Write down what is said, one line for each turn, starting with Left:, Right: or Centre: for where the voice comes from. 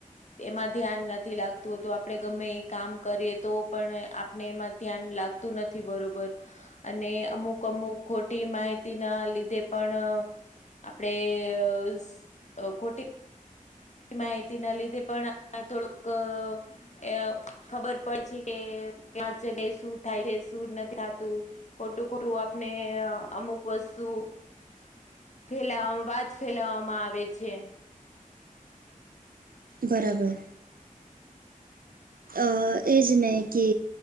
Left: એમાં ધ્યાન નથી લાગતું તો આપણે ગમે એ કામ કરીએ તો પણ આપણે એમાં ધ્યાન લાગતું નથી બરોબર અને અમુક અમુક ખોટી માહિતી ના લીધે પણ આપણેે અ ખોટી માહિતી ના લીધે પણ આ થોડુંક એ ખબર પડે છે કે ક્યા જગ્યાએ શું થાય છે શું નથી થાતું ખોટું ખોટું આપને અમુક વસ્તુ ફેલાવવામાં વાત ફેલાવામાં આવે છે
Right: બરાબર અ એજ ને કે